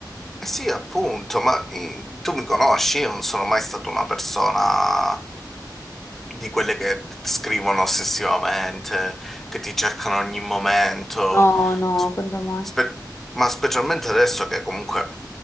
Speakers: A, in the centre; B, on the left.
A: eh sì, appunto, ma eh, tu mi conosci, io non sono mai stata una persona di quelle che t- scrivono ossessivamente, che ti cercano a ogni momento,
B: No, no, quando mai?
A: Spe- ma specialmente adesso che comunque...